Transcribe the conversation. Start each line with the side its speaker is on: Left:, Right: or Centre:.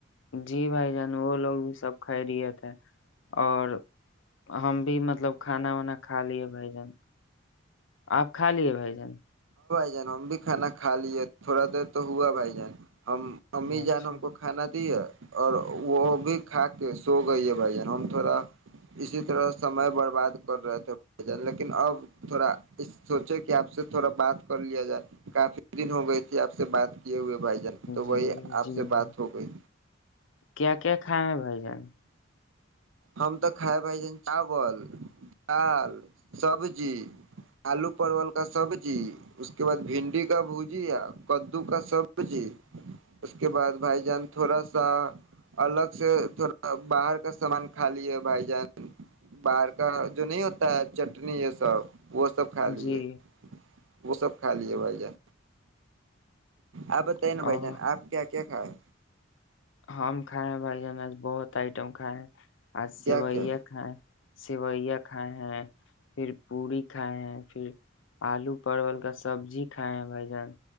Left: جی بھائی جان وہ لوگ بھی سب کھ رہیے تھے اور ہم بھی مطلب کھانا وانا کھا لیے بھائی جان آپ کھا لیے بھائی جان
Right: بھ ج ہم بھی کھانا کا لیے تھوڑا دیر تو ہوا بھائی جان ہم امی جان
Left: اچھا
Right: ہم کو کھانا اور وہ بھی کھا کے سو گئی ہے بھائی جان ہم تھوڑا اسی طرح سمے برباد کر رہے تھے بھائی ج لیکن اب تھوڑا اس سوچے کہ آپ سے تھوڑا بات کر لیا جائے کافی دن ہو گئی تھی آپ سے بات یہ ہوئے بھائی جان تو
Left: جی
Right: بائی آپ
Left: جی
Right: سے
Left: بھائی
Right: بات ہو گئی
Left: کیا کیا کھائے ہیں بھائی جان
Right: ہم تو کھائے بھائی جان چاول دال سبزی آلو پرول کا سبزی اس کے بعد بھنڈی کا بھجیا کدو کا سبزی اس کے بعد بھائی جان تھوڑا سا الگ سے تھوڑا باہر کا سامان خالی ہے بھائی جان باہر کا جو نہیں ہوتا ہے چٹنی یہ سب وہ سب کھا لیے
Left: جی
Right: وہ سب کھا لیے بھائی ج آپ بتائیے
Left: اچھا
Right: نا بھائی جان آپ کیا کیا کائے
Left: ہم کھائے ہیں بھائی جان آج بہت آئٹم کھائے ہیں آ سیوئیا
Right: کیا کیا
Left: کھائے سیوئیا کھائے ہیں پھر پوڑی کھائے ہیں پھر آلو پرول کا سبزی کھائے ہیں بھائی جان